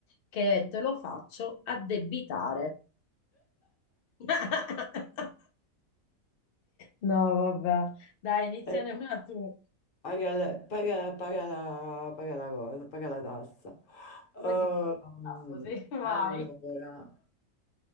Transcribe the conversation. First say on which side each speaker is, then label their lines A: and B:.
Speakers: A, on the left; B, on the left.
A: che te lo faccio addebitare. <laughs> No, vabbè. Dai, iniziane
B: <laughs>
A: una tu.
B: Paga la, paga- paga la- paga la cosa, paga la tassa. Ehm,
A: Poi ti prendo il tasto, sì, vai.
B: Allora,